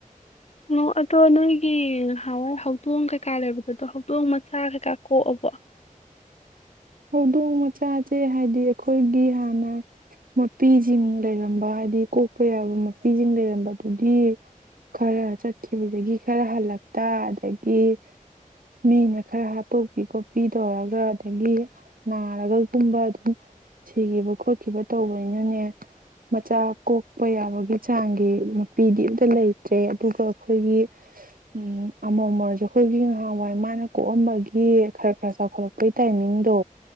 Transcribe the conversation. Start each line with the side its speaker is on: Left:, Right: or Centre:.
Left: ꯑꯣ ꯑꯗꯣ ꯅꯣꯏꯒꯤ ꯉꯍꯥꯟꯋꯥꯏ ꯍꯧꯗꯣꯡ ꯀꯩꯀꯥ ꯂꯩꯕꯗꯣ ꯑꯗꯣ ꯍꯧꯗꯣꯡ ꯃꯆꯥ ꯀꯩꯀꯥ ꯀꯣꯛꯑꯕꯣ
Right: ꯍꯧꯗꯣꯡ ꯃꯆꯥꯁꯦ ꯍꯥꯏꯗꯤ ꯑꯩꯈꯣꯏꯒꯤ ꯍꯥꯟꯅ ꯃꯄꯤꯁꯤꯡ ꯂꯩꯔꯝꯕ ꯍꯥꯏꯗꯤ ꯀꯣꯛꯄ ꯌꯥꯕ ꯃꯄꯤꯁꯤꯡ ꯂꯩꯔꯝꯕꯗꯨꯗꯤ ꯈꯔ ꯆꯠꯈꯤꯕꯗꯒꯤ ꯈꯔ ꯍꯜꯂꯛꯇ ꯑꯗꯒꯤ ꯃꯤꯅ ꯈꯔ ꯍꯥꯠꯇꯣꯛꯄꯤ ꯈꯣꯠꯄꯤ ꯇꯧꯔꯒ ꯑꯗꯒꯤ ꯅꯥꯔꯒꯒꯨꯝꯕ ꯑꯗꯨꯝ ꯁꯤꯈꯤꯕ ꯈꯣꯠꯈꯤꯕ ꯇꯧꯕꯅꯤꯅꯅꯦ ꯃꯆꯥ ꯀꯣꯛꯄ ꯌꯥꯕꯒꯤ ꯆꯥꯡꯒꯤ ꯃꯄꯤꯗꯤ ꯑ ꯑꯃꯝꯇ ꯂꯩꯇ꯭ꯔꯦ ꯑꯗꯨꯒ ꯑꯩꯈꯣꯏꯒꯤ ꯎꯝ ꯑꯃꯣ ꯑꯃꯁꯨ ꯑꯩꯈꯣꯏꯒꯤ ꯅꯍꯥꯟꯋꯥꯏ ꯃꯥꯅ ꯀꯣꯛꯑꯝꯕꯒꯤ ꯈꯔ ꯈꯔ ꯆꯥꯎꯈꯠꯂꯛꯄꯒꯤ ꯇꯥꯏꯃꯤꯡꯗꯣ